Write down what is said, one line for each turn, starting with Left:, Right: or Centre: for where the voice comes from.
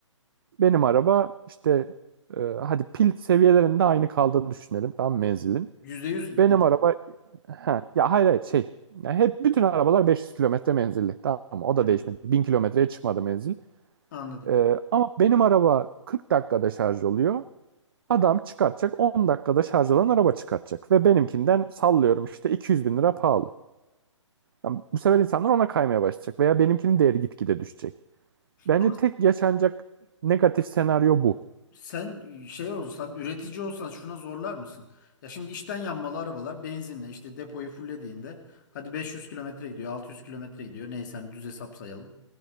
Right: Benim araba işte e, hadi pil seviyelerinde aynı kaldığını düşünelim. Tamam menzilin.
Left: %100
Right: Benim
Left: değil.
Right: araba Ha, ya hayır hayır şey. Ya hep bütün arabalar 500 kilometre menzilli. Tamam o
Left: Hmm,
Right: da değişmedi. 1000 kilometreye çıkmadı menzil.
Left: anladım.
Right: Ee, ama benim araba 40 dakikada şarj oluyor. Adam çıkartacak 10 dakikada şarj olan araba çıkartacak. Ve benimkinden sallıyorum işte 200 bin lira pahalı. Yani bu sefer insanlar ona kaymaya başlayacak veya benimkinin değeri gitgide düşecek. Bence
Left: Ama
Right: tek yaşanacak negatif senaryo bu.
Left: sen şey olsan, üretici olsan şuna zorlar mısın? Ya şimdi içten yanmalı arabalar benzinle işte depoyu fullediğinde hadi 500 kilometre gidiyor, 600 kilometre gidiyor. Neyse hani düz hesap sayalım.